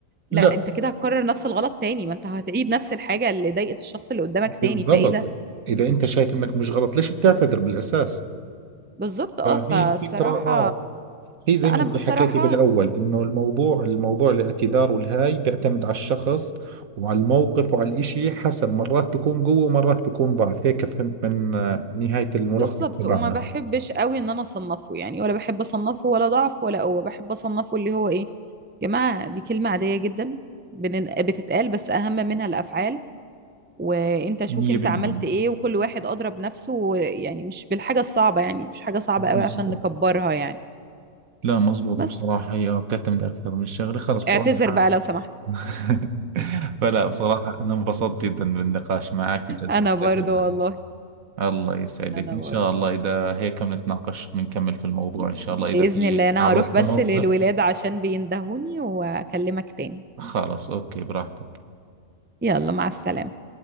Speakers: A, on the right (about 15°); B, on the right (about 75°).
A: لا
B: لا
A: انت كده هتكرر نفس الغلط تاني ما انت هتعيد نفس الحاجة اللي ضايقت الشخص اللي قدامك
B: بالضبط
A: تاني فايه ده
B: اذا انت شايف انك مش غلط ليش بتعتذر بالاساس
A: بالظبط اه
B: فهي
A: فالصراحة
B: الفكره اه هي زي
A: لا
B: ما
A: انا
B: انت
A: بصراحة
B: حكيتي بالاول انه الموضوع الموضوع الاعتذار والهاي بيعتمد على الشخص وعلى الموقف وعلى الاشي حسب مرات بيكون قوة ومرات بيكون ضعف هيك فهمت من آه، نهاية الملخص
A: بالظبط
B: تبعنا
A: وما بحبش قوي ان انا اصنفه يعني ولا بحب اصنفه ولا ضعف ولا قوة بحب اصنفه اللي هو ايه جماعة دي كلمة عادية جدا بنن- بتتقال بس اهم منها الافعال وانت شوف
B: مية
A: انت
B: بالمية
A: عملت ايه وكل واحد اضرب نفسه يعني مش بالحاجة الصعبة يعني مش حاجة صعبة
B: مزبوط
A: قوي عشان نكبرها يعني
B: لا مزبوط
A: بس
B: بصراحة هي آه بتعتمد أكثر من شغلة خلص بصراحة
A: اعتذر بقى لو سمحت
B: <laughs> فلا بصراحة أنا انبسطت جدا بالنقاش معك جدا
A: انا برضو
B: حسيت إنه-
A: والله
B: الله يسعدك
A: انا
B: إن
A: برضو
B: شاء الله إذا هيك بنتناقش بنكمل في الموضوع إن شاء
A: بإذن
B: الله إذا في
A: الله انا
B: تعرضت
A: هروح بس
B: لموقف
A: للولاد عشان بيندهوني واكلمك تاني
B: خلاص اوكي براحتك
A: يلا مع السلامة